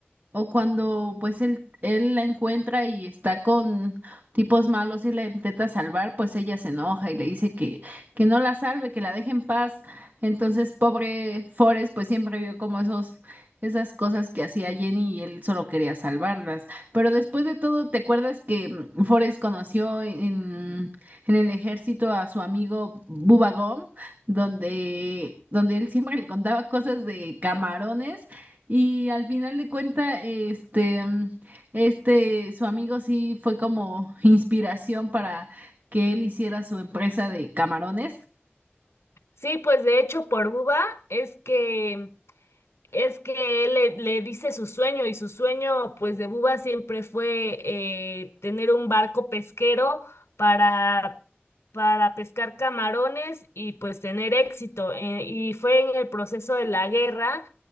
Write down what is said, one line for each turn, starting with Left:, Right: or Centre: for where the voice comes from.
Right: o cuando pues él, él la encuentra y está con tipos malos y la intenta salvar, pues ella se enoja y le dice que, que no la salve, que la deje en paz. Entonces, pobre Forrest, pues siempre vio como esos, esas cosas que hacía Jenny y él solo quería salvarlas. Pero después de todo, ¿te acuerdas que mm, Forrest conoció en, en el ejército a su amigo Bubba Gump? donde, donde él siempre le contaba cosas de camarones y al final de cuenta, este, mm, este, su amigo sí fue como inspiración para que él hiciera su empresa de camarones.
Left: Sí, pues de hecho por Buba es que Es que él le, le dice su sueño y su sueño pues de Buba siempre fue eh, tener un barco pesquero para, para pescar camarones y pues tener éxito. Eh, y fue en el proceso de la guerra